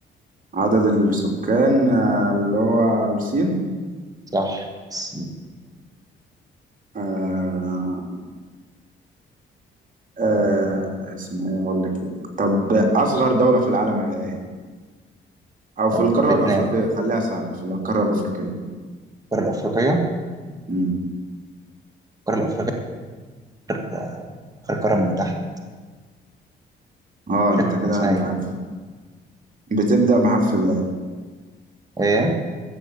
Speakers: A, on the right; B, on the right.
A: عدد السكان آه، اللي هو الصين
B: صح س-
A: آه آه اسمها إيه؟ اقول لك إيه؟ طب اصغر دولة في العالم هي ايه او في
B: آه،
A: القارة
B: فيتنام
A: الافريقية خليها سهلة في القارة الافريقية
B: القاره الافريقيه
A: امم
B: القاره الافريقيه آخر آخر قاره من تحت
A: اه
B: مش
A: انت
B: فاكر كان
A: كده
B: اسمها
A: انت
B: ايه
A: عارف بتبدأ بحرف اللام
B: ايه